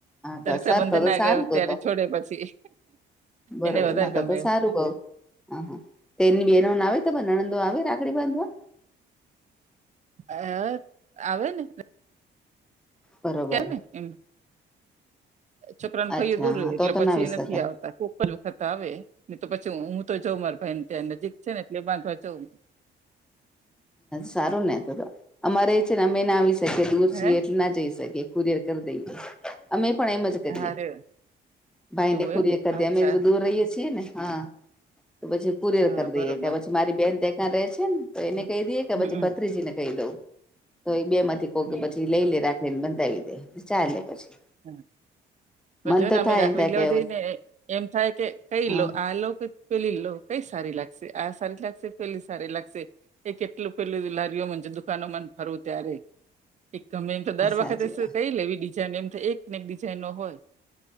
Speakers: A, in the centre; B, on the right (about 35°).
A: તો
B: રક્ષાબંધન
A: સારું તો તો
B: ના
A: સારું
B: ગ ત્યારે
A: તો તો
B: છોડે પછી
A: બરોબર
B: એને વધારે
A: ના તો
B: ગમે એમ.
A: સારું બ હા તેની બેનો ના આવે તો નણંદો આવે રાખડી બાંધવા.
B: અ આવે ને
A: બરોબર
B: કે ને એમ. છોકરાને
A: અચ્છા
B: ફાઈ દૂર્યું
A: હા
B: એટલે
A: તો તો
B: પછી
A: ના આવી
B: એ નથી
A: શકાય
B: આવતા. વખત આવે ને તો પછી હું તો જઉં મારા ભાઈ ને ત્યાં નજીક છે ને એટલે બાંધવા જઉં.
A: સારું ને અમારે એ છે ને અમે ના આવી શકીએ દૂર છીએ
B: હે
A: એટલે ના જઈ શકીએ. દર કર દઈએ અમે પણણા મજ.
B: હા રે
A: ભાઈ
B: એવું
A: ને પૂરીએ
B: એમ અચ્છા
A: અમે દૂર રહીએ છીએ ને હા. તો પછી પુરેર
B: હા
A: કરી
B: બરોબર
A: દઈએે કે પછી મારી બેન ત ર રહે છે એને
B: હમ
A: ને. કહી દઈએ કે
B: હમ
A: પછી ભત્રીજી ને કહી દઉં તો એ બે થી કો
B: હમ
A: પછી લઈ લે રાખ. ફ બંધવી દે ચાલે પછી.
B: હમ.
A: મન
B: જોને
A: તો
B: અમે
A: થાય
B: રાાખડી
A: એમ થાય
B: લેવા
A: કે
B: જઈ ને એમ થાય કે કઈ
A: હા
B: આ લો. પેલી લો કઈ સારી લાગશે આ સારી લાગશે પેલી સારી લાગશે. એ કેટલું પેલું લારીઓ છે દુકાનો ને ફરવું ત્યારે. એક ગમે એમ તો દર
A: સાચી
B: વખતે
A: વાત
B: કઈ લેવી ડિઝાઇન એમ તો એકને એક ડિઝાઇન નો હોય.